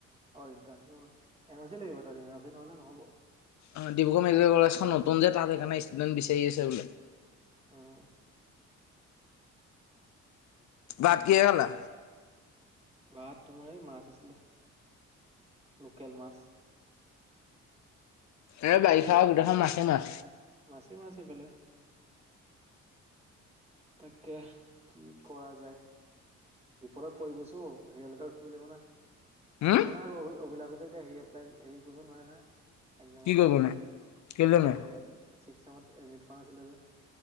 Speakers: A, on the right; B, on the left.
A: এ আৰ চি লাগিব ত এন আৰ চি নহলে নহ'ব।
B: অ' ডিব্ৰুগড় মেডিকেল কলেজখন নতুন যে তাত সেইকাৰণে ষ্টুডেণ্ট বিচাৰি আছে বোলে।
A: আহম'
B: বাট কিয় গলা?
A: ভাত তোমাৰ এই মাছ আছিলে, লোকেল মাছ।
B: এই বাৰিষা আৰু গোটেইখন মাছেই, মাছ।
A: মাছেই মাছ এই ফালে। তাকে কি কৰা যায়, বিপদত পৰি গৈছো অ', হেৰিয়ালকে ৰখিব লাগিব না।
B: উম
A: অক অ' <unintelligible> অভিলাষহ'তে এতিয়া হৰি এপ্লাই, হেৰি কৰিব নোৱাৰে নহয়। এক্সামৰ
B: কি কৰিবনো
A: কাৰণে।
B: কেলে
A: সিহ'তে
B: নাই
A: ছিক্স চেমত এদ্মিত কৰা নাছিলে যে।